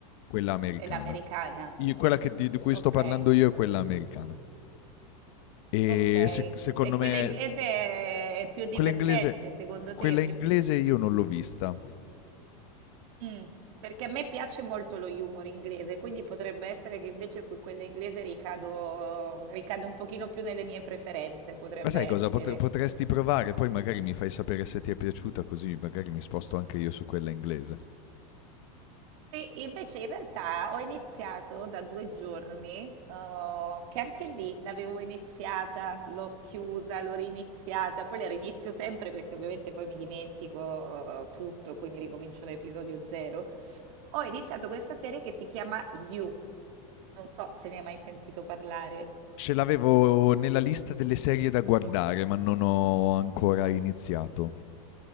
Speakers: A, on the left; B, on the right.
A: quella americana.
B: è l'americana.
A: Io- quella che- di, di cui
B: Okay,
A: sto parlando io è quella americana. E
B: okay.
A: se- secondo
B: E quella
A: me
B: inglese è più divertente
A: quella inglese,
B: secondo
A: quella
B: te? Per
A: inglese io non l'ho vista.
B: mh, perché a me piace molto lo humor inglese, quindi potrebbe essere che invece su quella inglese ricado ricado un pochino più nelle mie preferenze, potrebbe
A: Ma sai
B: essere.
A: cosa? Potre- potresti provare, poi magari mi fai sapere se ti è piaciuta, così magari mi sposto anche io su quella inglese.
B: Sì, invece in realtà ho iniziato da due giorni, eh, che anche lì l'avevo iniziata, l'ho chiusa, l'ho riniziata, poi la rinizio sempre perché ovviamente poi mi dimentico eh, tutto, quindi ricomincio da episodio zero. Ho iniziato questa serie che si chiama You, non so se ne hai mai sentito parlare.
A: Ce l'avevo nella lista delle serie da guardare, ma non ho ancora iniziato.